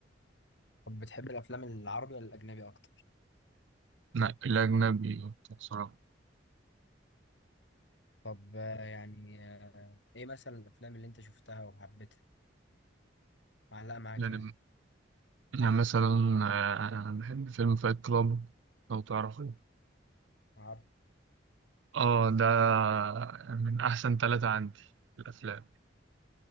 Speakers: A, on the left; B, on the right.
A: طب بتحب الافلام العربي ولا الاجنبي اكتر
B: لا الاجنبي اكتر صراحه
A: طب آه، يعني آه، ايه مثلا الافلام اللي انت شفتها وحبيتها معلقه معاك
B: يعني
A: يعني
B: يعني مثلا آه، أنا بحب فيلم فايت كلاب لو تعرفه
A: عارف
B: اه ده من احسن ثلاثة عندي في الافلام